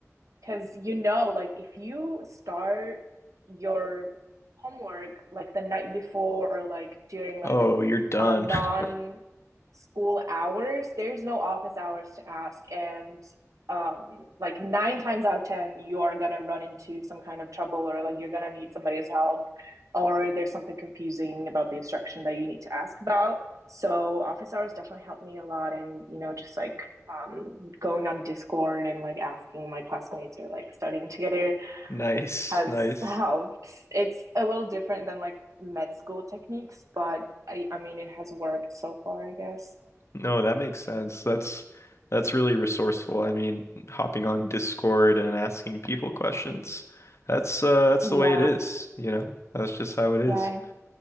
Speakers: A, on the right; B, on the left.
A: Because you know, like if you start your homework like the night before or like during like
B: Oh, you're done.
A: um, non-school
B: <laughs>
A: hours, there's no office hours to ask. And um, like nine times out of 10, you are gonna run into some kind of trouble or like you're gonna need somebody's help or there's something confusing about the instruction that you need to ask about. So office hours definitely helped me a lot and you know just like um going on Discord and like asking my classmates or like studying together
B: Nice,
A: has
B: nice.
A: helped. It's a little different than like med school techniques, but I, I mean, it has worked so far, I guess.
B: No, that makes sense. That's that's really resourceful. I mean, hopping on Discord and asking people questions. That's uh that's
A: Yeah,
B: the way it is, you know. That's just how it is.
A: yeah. I,